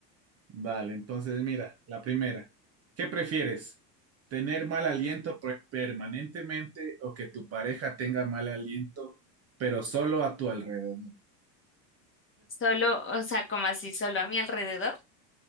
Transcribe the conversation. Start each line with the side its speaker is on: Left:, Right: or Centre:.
Right: Vale, entonces mira, la primera. ¿Qué prefieres? ¿Tener mal aliento pre- permanentemente o que tu pareja tenga mal aliento, pero solo a tu alrededor?
Left: Solo, o sea, como así, solo a mi alrededor.